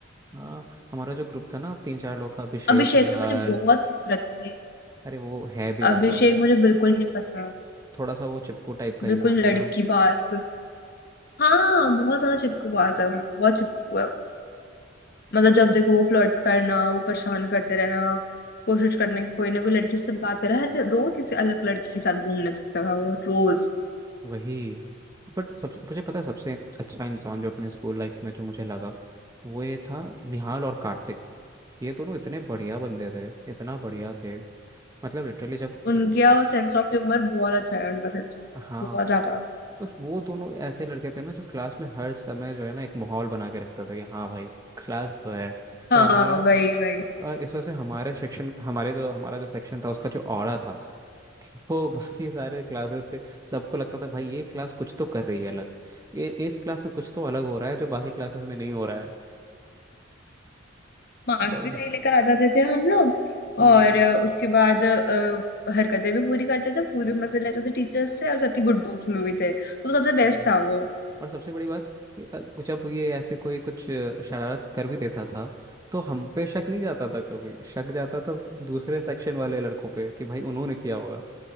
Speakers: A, on the right (about 20°); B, on the left (about 50°).
A: हाँ हमारा जो ग्रुप था ना तीन चार लोग का अभिषेक
B: अभिषेक
A: निहाल
B: से मुझे बहुत नफरत थी
A: अरे वो है भी वैसा
B: अभिषेक मुझे बिल्कुल नहीं पसंद
A: थोड़ा सा वो चिपकू टाइप का इंसान
B: बिल्कुल
A: था
B: लड़की
A: ना
B: बाज हाँ बहुत ज्यादा चिपकूबाज है वो बहुत चिपकू है वो। मतलब जब
A: आ,
B: देखो वो फ्लर्ट करना वो परेशान करते रहना कोशिश करना कि कोई ना कोई लड़की उससे बात करे हर रोज किसी अलग लड़की के साथ घूमने दिखता था वो रोज
A: वही बट सब मुझे पता है सबसे अच्छा इंसान जो अपने स्कूल लाइफ में जो मुझे लगा वो ये था निहाल और कार्तिक ये दोनों इतने बढ़िया बंदे थे इतना बढ़िया थे मतलब लिटरली जब
B: उनका
A: अ,
B: सेंस ऑफ ह्यूमर बहुत अच्छा है उनका सेंस
A: अ, हाँ
B: बहुत ज्यादा
A: तो वो दोनों ऐसे लड़के थे ना जो क्लास में हर समय जो है ना एक माहौल बना के रखते थे कि हाँ भाई क्लास तो है
B: हाँ
A: और हमारा
B: वही वही
A: और इस वजह से हमारे सेक्शन हमारे जो हमारा जो सेक्शन था उसका जो औड़ा था वो बाकी सारे क्लासेस के सबको लगता था भाई ये क्लास कुछ तो कर रही है अलग ये इस क्लास में कुछ तो अलग हो रहा है जो बाकी क्लासेस में नहीं हो रहा है
B: मार्क्स
A: पर
B: भी सही लेकर आ जाते थे हम लोग
A: हाँ,
B: और अ, उसके बाद अ, हरकतें भी पूरी करते थे पूरे मजे लेते थे टीचर्स से और सबकी गुड बुक्स में भी थे तो सबसे बेस्ट
A: वही।
B: था वो
A: और सबसे बड़ी बात कि, अ, कुछ अब ये ऐसे कोई कुछ अ, शरारत कर भी देता था तो हम पे शक नहीं जाता था कभी शक जाता था दूसरे सेक्शन वाले लड़कों पे कि भाई उन्होंने किया होगा